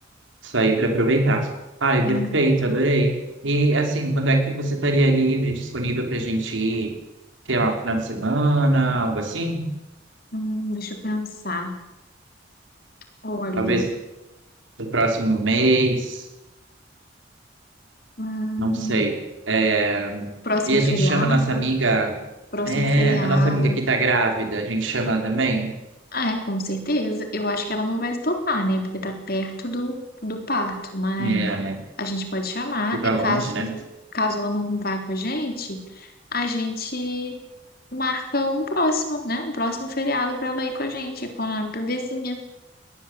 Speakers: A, on the right (about 80°); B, on the left (about 50°).
A: Isso aí para aproveitar. Ai, perfeito,
B: É.
A: adorei. E assim, quando é que você estaria livre, disponível para a gente ir, sei lá, final de semana, algo assim?
B: Hum, deixa eu pensar. Olha,
A: Talvez no próximo mês,
B: hum,
A: não sei. É,
B: próximo
A: E a
B: feriado,
A: gente chama a nossa amiga,
B: próximo
A: é,
B: feriado.
A: a nossa amiga que tá grávida, a gente chama ela também.
B: Ah, é, com certeza. Eu acho que ela não vai se topar, né? Porque tá perto do, do parto, mas
A: É, né?
B: a gente pode chamar
A: Ir
B: e
A: pra
B: caso,
A: longe, né?
B: caso ela não vá com a gente, a gente marca um próximo, né? Um próximo feriado pra ela ir com a gente, com a bebezinha.